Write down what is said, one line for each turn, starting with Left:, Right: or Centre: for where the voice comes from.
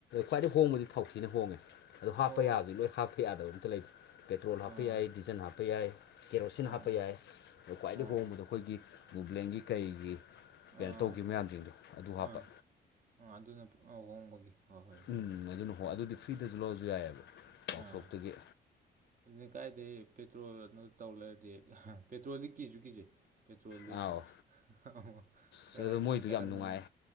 Left: ꯈ꯭ꯋꯥꯏꯗꯩ ꯍꯣꯡꯕꯗꯤ ꯊꯥꯎꯊꯤꯅ ꯍꯣꯡꯉꯦ ꯑꯗꯣ ꯍꯥꯞꯄ
Right: ꯑꯣ
Left: ꯌꯥꯕꯗꯤ ꯂꯣꯏ ꯍꯥꯞꯄ ꯌꯥꯗꯕ ꯑꯝꯇ ꯂꯩꯇꯦ ꯄꯦꯇ꯭ꯔꯣꯜ ꯍꯥꯞꯄ
Right: ꯑꯥ
Left: ꯌꯥꯏ ꯗꯤꯖꯟ ꯍꯥꯞꯄ ꯌꯥꯏ ꯀꯦꯔꯣꯁꯤꯟ
Right: ꯑꯣ
Left: ꯍꯥꯞꯄ ꯌꯥꯏ ꯑꯗ ꯈ꯭ꯋꯥꯏꯗꯒꯤ
Right: ꯑꯣ
Left: ꯍꯣꯡꯕꯗ ꯑꯩꯈꯣꯏꯒꯤ ꯃꯨꯕ꯭ꯂꯦꯟꯒꯤ ꯀꯩꯒꯤ ꯀꯩꯅꯣ
Right: ꯑꯥ
Left: ꯇꯧꯈꯤꯕ ꯃꯌꯥꯝꯁꯤꯡꯗꯣ ꯑꯗꯨ ꯍꯥꯞꯄ
Right: ꯑꯥ ꯑꯥ ꯑꯗꯨꯅ ꯑꯍꯣꯡꯕꯒꯤ ꯍꯣꯏ ꯍꯣꯏꯅꯦ
Left: ꯎꯝ ꯑꯗꯨꯅ ꯍꯣ ꯑꯗꯨꯗꯤ ꯐ꯭ꯔꯤꯗꯁꯨ ꯂꯧꯔꯁꯨ ꯌꯥꯏꯑꯕ ꯋꯥꯛꯁꯣꯞꯇꯒꯤ
Right: ꯑꯥ ꯑꯗꯨꯅ ꯀꯥꯏꯗꯒꯤꯩ ꯄꯦꯇ꯭ꯔꯣꯜ ꯑꯅꯣ ꯇꯧ ꯂꯩꯔꯗꯤ ꯄꯦꯇ꯭ꯔꯣꯜꯗꯤ ꯀꯤꯁꯨ ꯀꯤꯁꯦ ꯄꯦꯇ꯭ꯔꯣꯜꯗꯤ
Left: ꯑꯥꯎ
Right: ꯑ ꯈꯔ
Left: ꯑꯁ ꯑꯗꯣ ꯃꯣꯏꯗꯣ
Right: ꯃꯩ
Left: ꯌꯥꯝ
Right: ꯆꯥꯛꯀꯟꯕꯅꯤꯅ
Left: ꯅꯨꯡꯉꯥꯏ